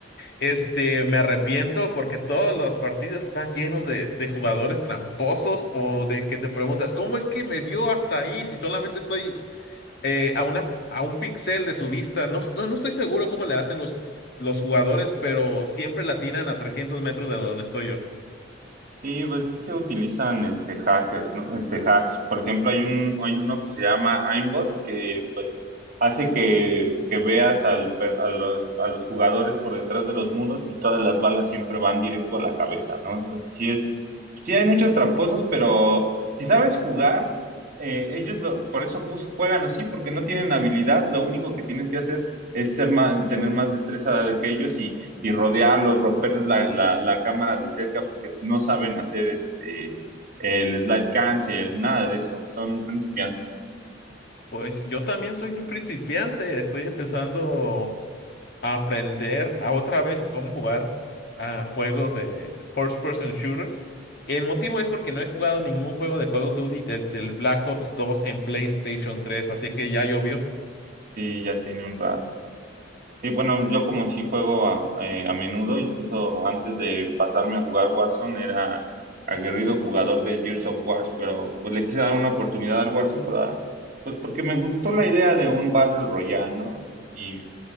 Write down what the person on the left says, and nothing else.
Este, me arrepiento porque todas las partidas están llenos de, de jugadores tramposos o de que te preguntas, ¿cómo es que me vio hasta ahí si solamente estoy eh, a una, a un pixel de su vista? No, no no estoy seguro cómo le hacen los, los jugadores, pero siempre la atinan a 300 metros de donde estoy yo.
Pues yo también soy un principiante, estoy empezando a aprender a otra vez a cómo jugar a juegos de first person shooter. El motivo es porque no he jugado ningún juego de Call of Duty desde el Black Ops 2 en PlayStation tres así que ya llovió,